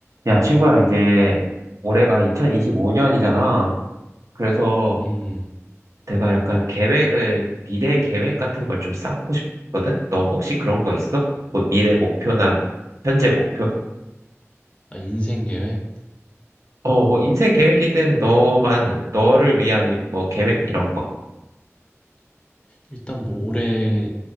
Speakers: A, on the right; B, on the left.
A: 야, 친구야, 이제 올해가 2025년이잖아. 그래서
B: 음,
A: 내가 약간 계획을, 미래 계획 같은 걸 좀 쌓고 싶거든? 너 혹시 그런 거 있어? 뭐 미래 목표나 현재 목표?
B: 아, 인생 계획?
A: 어, 뭐 인생 계획이든 너만, 너를 위한 뭐 계획 이런 거.
B: 일단 뭐 올해의